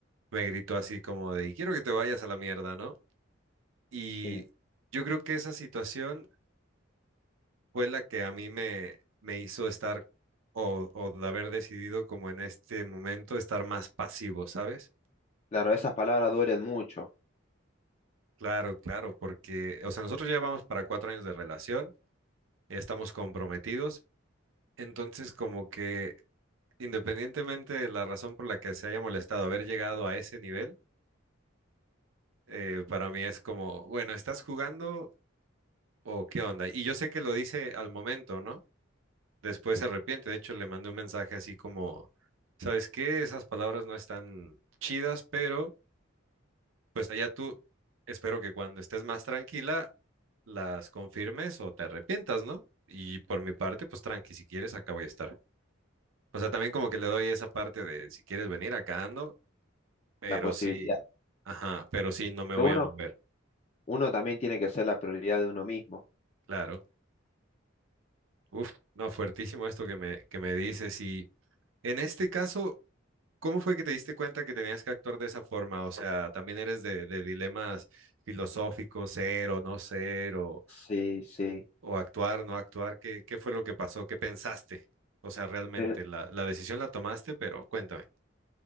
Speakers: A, on the right (about 75°); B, on the left (about 35°).
A: me gritó así como de, y quiero que te vayas a la mierda, ¿no? Y
B: Sí.
A: yo creo que esa situación fue la que a mí me, me hizo estar o, o de haber decidido como en este momento estar más pasivo, ¿sabes?
B: Claro, esas palabras duelen mucho,
A: Claro, claro, porque, o sea, nosotros ya vamos para cuatro años de relación, ya estamos comprometidos, entonces como que independientemente de la razón por la que se haya molestado haber llegado a ese nivel, eh, para mí es como, bueno, ¿estás jugando o qué onda? Y yo sé que lo dice al momento, ¿no? Después se arrepiente. De hecho, le mandé un mensaje así como, ¿sabes qué? Esas palabras no están chidas, pero pues allá tú, espero que cuando estés más tranquila, las confirmes o te arrepientas, ¿no? Y por mi parte, pues tranqui, si quieres, acá voy a estar. O sea, también como que le doy esa parte de si quieres venir, acá ando, pero
B: la posibilidad.
A: sí, ajá, pero sí, no me
B: Pero
A: voy
B: Sí. uno,
A: a mover,
B: uno también tiene que ser la prioridad de uno mismo.
A: claro. Uf, no, fuertísimo esto que me, que me dices. Y en este caso, ¿cómo fue que te diste cuenta que tenías que actuar de esa forma? O sea, ¿también eres de, de dilemas filosóficos, ser o no ser, o,
B: Sí, sí.
A: o actuar, no actuar? ¿Qué, qué fue lo que pasó? ¿Qué pensaste? O sea, realmente,
B: Pero-
A: la, la decisión la tomaste, pero cuéntame.